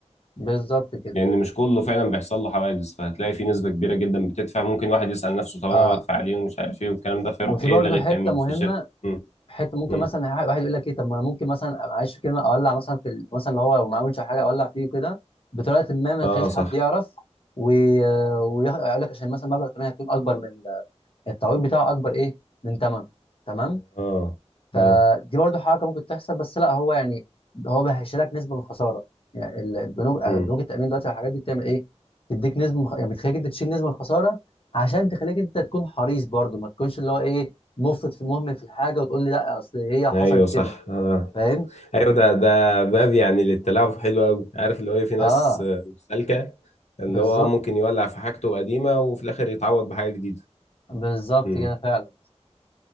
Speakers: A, on the left (about 55°); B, on the left (about 75°).
A: بالظبط كده
B: لان مش كله فعلا بيحصل له حوادث فهتلاقي في نسبه كبيره جدا بتدفع ممكن واحد يسأل نفسه طب
A: اه
B: انا بدفع ليه ومش عارف ايه والكلام ده فيروح
A: وفي
B: ايه
A: برضه
B: لغي
A: حته
B: التأمين
A: مهمه
B: في الشركه مم.
A: حته ممكن
B: مم.
A: مثلا واحد واحد يقول لك ايه طب ما انا ممكن مثلا معلش في كلمه اولع مثلا في ال- مثلا اللي هو لو معاه وينش أو حاجه اولع فيه وكده بطريقه ما ما
B: اه
A: تخليش
B: صح
A: حد يعرف ويقول لك عشان مثلا مبلغ الثمن هيكون اكبر من ال- التعويض بتاعه اكبر ايه من ثمنه تمام
B: اه
A: فدي
B: اه
A: برضو حركه ممكن تحصل بس لا هو يعني هو بيهشلك نسبه من الخساره يعني ال- البنوك آه،
B: مم.
A: بنوك التامين دلوقتي والحاجات دي بتعمل ايه؟ تديك نسبه من الخ- يعني بتخليك انت تشيل نسبه من الخساره عشان تخليك انت تكون حريص برضو ما تكونش اللي هو ايه مفرط في مهمل في الحاجه وتقول لي لا اصل هي حصلت
B: ايوه صح
A: كده
B: اه
A: فاهم؟
B: ايوه ده ده باب يعني للتلاعب حلو قوي عارف اللي هو ايه في ناس
A: اه
B: آه، سالكه اللي
A: بالظبط
B: هو ممكن يولع في حاجته قديمة وفي الآخر يتعوض بحاجة جديدة
A: بالظبط
B: امم
A: كده فعلا